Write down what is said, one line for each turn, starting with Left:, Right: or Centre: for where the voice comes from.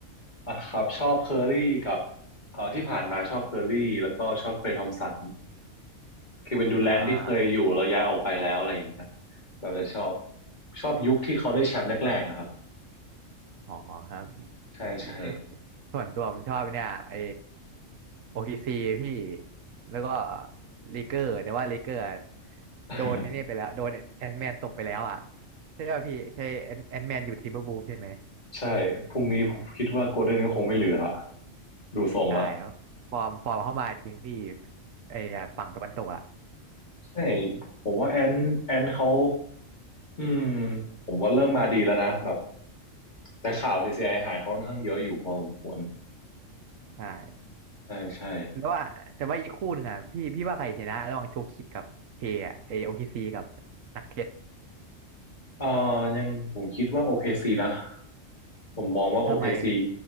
Left: อ่ะครับชอบเคอร์รี่กับอ่าที่ผ่านมาชอบเคอร์รี่แล้วก็ชอบเคลย์ทอมสันเควินดูแรนท์ที่เคยอยู่แล้วย้ายออกไปแล้วอะไรอย่างเงี้ย
Right: อ่า
Left: เราจะชอบชอบยุคที่เขาได้แชมป์แรกๆอะครับ
Right: อ๋อครับ
Left: ใช่ใช่
Right: เอ่อส่วนตัวผมชอบเนี่ยไอโอเคซีพี่แล้วก็ลีเกอร์แต่ว่าลีเกอร์อะ
Left: <laughs>
Right: โดนนี่ไปแล้วโดนแอนแมนตบไปแล้วอ่ะใช่ป่ะพี่ใช่แอนแมนอยู่ทิมเบอร์วูฟใช่ไหม
Left: ใช่พรุ่งนี้ผมคิดว่าโกลเด้นก็คงไม่เหลือดูทรงละ
Right: ใช่ครับฟอร์มฟอร์มเข้ามาจริงพี่
Left: <laughs>
Right: ไออะฝั่งตะวันตกอ่ะ
Left: ใช่ผมว่าแอนแอนเขาอืมผมว่าเริ่มมาดีแล้วนะแบบ แต่ข่าว CCI หายค่อนข้างเยอะอยู่พอสมควร
Right: ใช่
Left: ใช่ใช่
Right: แล้วว่าแต่ว่าอีกคู่หนึ่งอ่ะพี่พี่ว่าใครชนะระหว่างโชคิดกับเคอะไอโอเคซีกับนักเก็ต
Left: เอ่อยังผมคิดว่า OKC นะ ผมมองว่า OKC
Right: ทำไมพี่